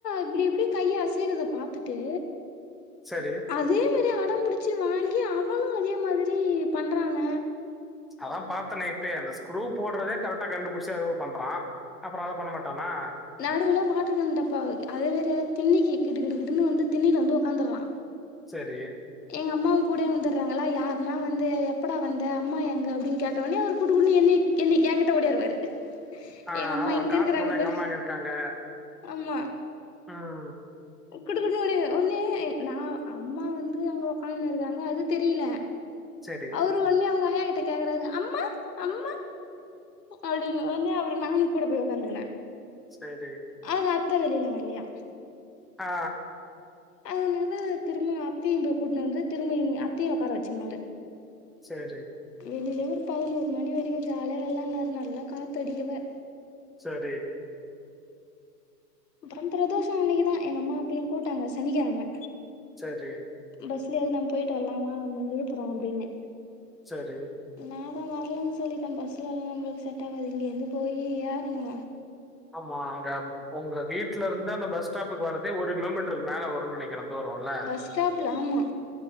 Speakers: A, on the left; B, in the centre.
A: இப்டி இப்டி கையு அசைறத பாத்துட்டு
B: சரி
A: அதே மேரி அடம்புடிச்சி வாங்கி அவனு அதே மாதுரி பண்றாங்க
B: அதா பாத்தனே இப்பயே அந்த ஸ்க்ரூ போட்றதே கரெக்டா கண்டுபுடுச்சி அதுவு பண்றா அப்பற அத பண்ண மாட்டானா
A: நடுவுல வாட்ரு கண் டப்பா வக் அதே வேற திண்ணக்கி கிடுகிடுகிடுனு வந்து திண்ணைல வந்து ஒக்காந்துர்றா
B: செரி
A: எங்க அம்மாவு கூடே வந்துற்றாங்களா யார் மா வந்து எப்படா வந்த அம்மா எங்க அப்டின் கேட்ட ஒனே அவுரு குடுகுடுனு என்னிய என்னிய ஏங்குட்ட ஓடியாருவாரு
B: ஆ
A: எங்க அம்மா
B: ஆமா
A: இங்கருக்குறாங்க
B: காட்டணும்ல
A: பாரு
B: எங்க அம்மா இங்க இருக்காங்க.
A: ஆமா
B: ம்.
A: குடுகுடுனு ஓடியார ஒன்னே நா அம்மா வந்து அங்க ஒக்காந்துனு இருக்காங்க அது தெரிய்ல
B: சரி.
A: அவரு ஒன்னே அவுங்க ஆயாகிட்ட கேக்குறாரு அம்மா அம்மா அப்டினு ஒன்னே அப்ற நானு கூட போய் ஒக்காந்துகுன
B: சேரி
A: அதுக்கு அத்த வெளில வர்லீயா
B: அ அ
A: அதுனால திரும்ப அத்தயு போய் கூட்ணு வந்து திரும்ப இங் அத்தயு ஒக்கார வச்சிகினாரு
B: சேரி
A: வெளிளே ஒரு பதுனோரு மணி வரிக்கு ஜால்யா வெள்ளாட்னாரு நல்லா காத்தடிக்கவே
B: சேரி
A: அப்பற பிரதோஷ அன்னிக்குதா எங்க அம்மா அப்பியு கூட்டாங்க சனிக்கெழம
B: செரி
A: பஸ்ல ஏறி நம் போயிட்டு வர்லா வா விழுப்புறோ அப்டின்னு
B: சேரி
A: நாதா வரலன் சொல்லிட்ட பஸ்லல்லா நம்ளுக்கு செட் ஆவாது இங்கேந்து போயி் ஏற்னு
B: ஆமா அங்க உங்க வீட்லருந்து அந்த பஸ் ஸ்டாப்புக்கு வரதே ஒரு கிலோமீட்ர்க்கு மேல வரு நெனக்கிற தூரொல்ல
A: பஸ் ஸ்டாப்ல ஆமா